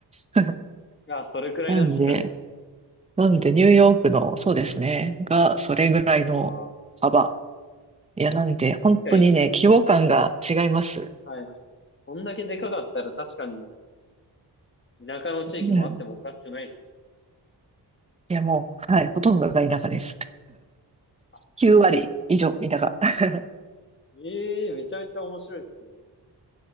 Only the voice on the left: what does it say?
あ、それくらいなんですかね。
うわ
ー、確かに、
はい。こんだけでかかったら確かに田舎の地域もあってもおかしくないですね。
あ、
ええーめちゃめちゃ面白いですね。